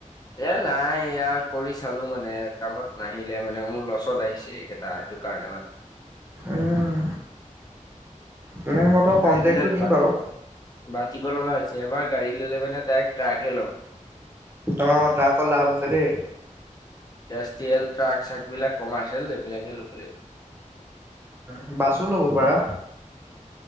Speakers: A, on the left; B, on the right.
A: এ নাই, এয়া কৰি চালো মানে কামত নাহিলে মানে মোৰ লছত আহিছে এই কেইটা সেইটো কাৰণে
B: উম তেনে মই তোমাক
A: গাড়ী
B: কণ্টেক্টটো
A: বিলাক
B: দিম
A: বাতি,
B: বাৰু
A: বাতিব লগা হৈছে এবাৰ গাড়ী ললে মানে ডাইৰেক্ট ট্ৰাকহে লম।
B: অহ' ট্ৰাকত লাভ আছে দেই।
A: ইণ্ডাষ্ট্ৰিয়েল ট্ৰাক-চাক বিলাক কমাৰ্চিয়েল এইবিলাকে ল'ব লাগিব।
B: উম' বাছো ল'ব পাৰা?